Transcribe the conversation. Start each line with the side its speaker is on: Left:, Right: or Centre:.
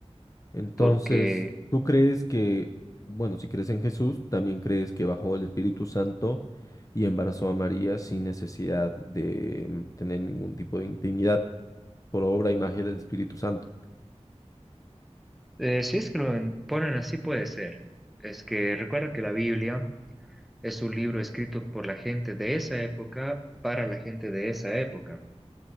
Left: Entonces,
Centre: porque
Left: ¿tú crees que, bueno, si crees en Jesús, también crees que bajó el Espíritu Santo y embarazó a María sin necesidad de mm, tener ningún tipo de intimidad por obra y magia del Espíritu Santo?
Centre: eh, si es que lo ponen así puede ser. Es que recuerda que la Biblia es un libro escrito por la gente de esa época para la gente de esa época.